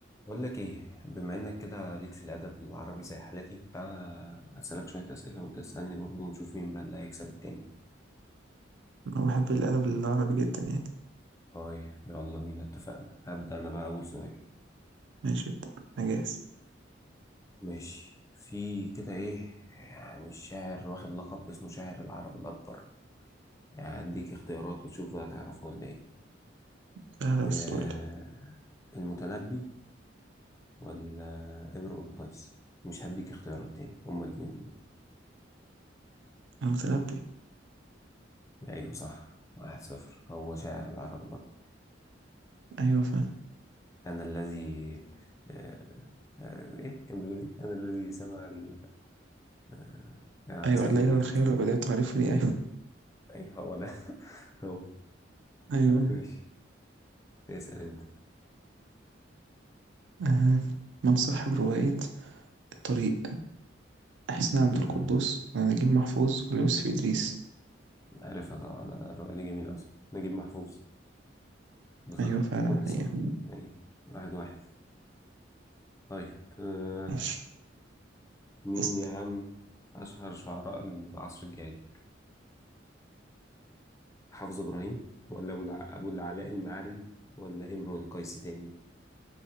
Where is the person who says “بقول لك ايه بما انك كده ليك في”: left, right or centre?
Left